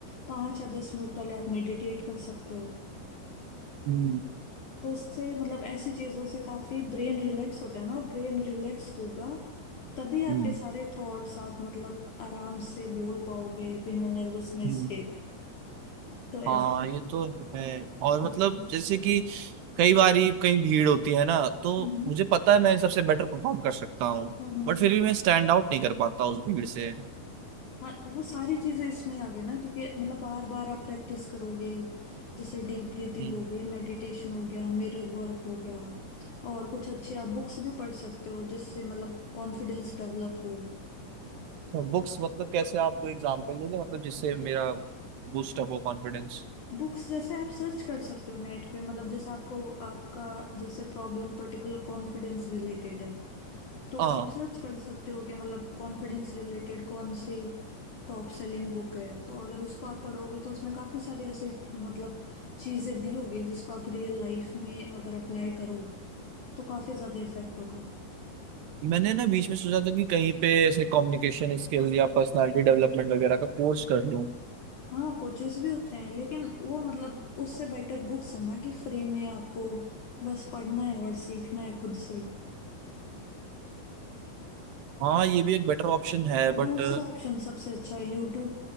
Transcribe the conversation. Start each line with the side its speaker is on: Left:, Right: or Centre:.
Left: पाँच या दस मिनट पहले आप मेडिटेट कर सकते हो
Right: हम्म
Left: तो उससे मतलब ऐसी चीजों से काफी ब्रेन रिलैक्स होता है ना और ब्रेन रिलैक्स होगा तभी
Right: हम्म
Left: आपके सारे थॉट्स आप मतलब आराम से बोल पाओगे बिना नर्वसनेस
Right: हम्म।
Left: के तो ऐसे
Right: हाँ ये तो है और मतलब
Left: हाँ
Right: जैसे कि कई बारी कहीं भीड़ होती है ना तो
Left: हम्म
Right: मुझे पता है मैं सबसे बेटर परफॉर्म कर सकता हूँ
Left: हम्म।
Right: बट फिर भी मैं स्टैंड आउट नहीं कर पाता उस भीड़ से
Left: हाँ वो सारी चीजें इसमें ही आ गई ना क्योंकि मतलब बार बार आप प्रैक्टिस करोगे जैसे डीप ब्रीदिंग
Right: हम्म
Left: हो गई मेडिटेशन हो गया मिरर वर्क हो गया और कुछ अच्छे आप बुक्स भी पढ़ सकते हो जिससे मतलब कॉन्फिडेंस डेवलप हो
Right: तो बुक्स मतलब कैसे आपको एग्जांपल दोगे मतलब जिससे मेरा बूस्ट अप हो कॉन्फिडेंस
Left: बुक्स जैसे आप सर्च कर सकते हो नेट पे मतलब जैसे आपको आपका जैसे प्रॉब्लम पर्टिकुलर कॉन्फिडेंस रिलेटेड है तो
Right: हाँ
Left: आप सर्च कर सकते हो कि मतलब कॉन्फिडेंस रिलेटेड कौन से टॉप सेलिंग बुक है तो अगर उसको आप पढ़ोगे तो उसमें काफी सारे ऐसे मतलब चीजें दी होगी जिसको आप रियल लाइफ में अगर अप्लाई करो तो काफी ज्यादा इफेक्ट होगा
Right: मैंने ना बीच में सोचा था कि कहीं पे ऐसे कम्युनिकेशन स्किल या पर्सनालिटी डेवलपमेंट वगैरह का कोर्स कर लूँ
Left: हाँ कोचेस भी होते हैं लेकिन वो मतलब उससे बेटर बुक्स है ना कि फ्री में आपको बस पढ़ना है और सीखना है खुद से
Right: हाँ ये भी एक बेटर ऑप्शन है
Left: और
Right: बट
Left: दूसरा ऑप्शन सबसे अच्छा है यूट्यूब